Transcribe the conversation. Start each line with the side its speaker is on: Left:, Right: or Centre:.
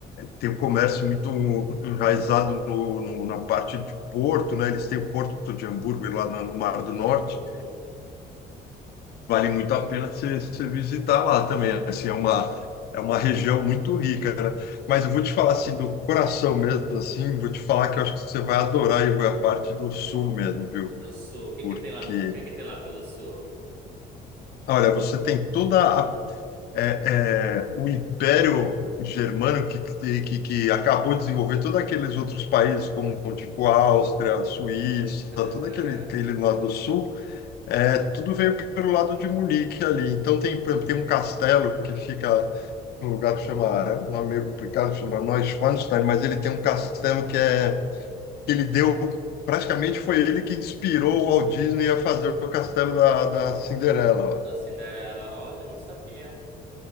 Left: tem um comércio muito enraizado no, no- na parte de Porto, né? Eles têm o Porto de Hamburgo lá no, no Mar
Right: Porto
Left: do Norte.
Right: de Hamburgo.
Left: vale muito a pena você você visitar lá também. Assim, é uma, é uma região muito rica, né? Mas eu vou te falar assim do coração mesmo, assim, vou te falar que eu acho que você vai adorar e a parte do sul mesmo, viu?
Right: Do sul. O que
Left: Porque,
Right: que tem lá no, o que que tem lá pelo sul?
Left: olha, você tem toda a é, é, o Império Germânico que, que, que que acabou de desenvolver todos aqueles outros países, como tipo Áustria, Suíça,
Right: Aham.
Left: todo aquele, aquele lado do sul, É, tudo veio pelo lado de Munique ali. Então tem, por exemplo, tem um castelo que fica num lugar que chama, é um nome meio complicado, chama Neuschwanstein, mas ele tem um castelo que é que ele deu, praticamente foi ele que inspirou o Walt Disney a fazer o castelo da, da Cinderela. lá.
Right: Da Cinderela. Olha, não sabia.